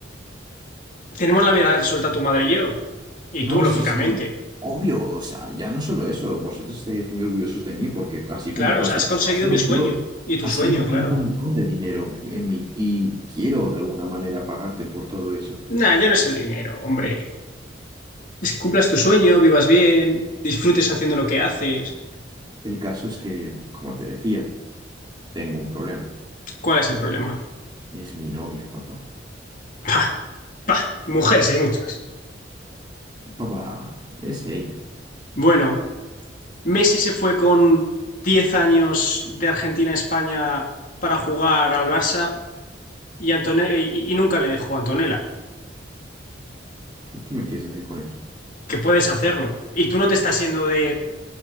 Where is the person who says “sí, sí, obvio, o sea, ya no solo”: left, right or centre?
Right